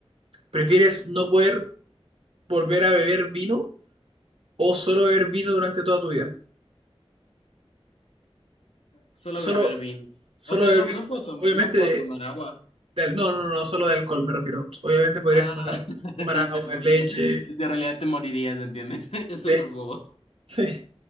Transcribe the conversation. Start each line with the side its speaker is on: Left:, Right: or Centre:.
Right: ¿Prefieres no poder volver a beber vino o solo beber vino durante toda tu vida?
Left: solo
Right: Solo,
Left: beber vino.
Right: solo
Left: O sea,
Right: beber
Left: no,
Right: vino,
Left: no puedo, tom-
Right: obviamente,
Left: no puedo
Right: de,
Left: tomar agua.
Right: de al- no, no, no, no, solo de alcohol me refiero. Obviamente podrías
Left: Ah,
Right: tomar agua,
Left: <laughs>
Right: tomar agua,
Left: es
Right: leche,
Left: que, sí, es que en realidad te morirías, ¿entiendes? <laughs> Es súper
Right: té,
Left: bobo.
Right: Sí,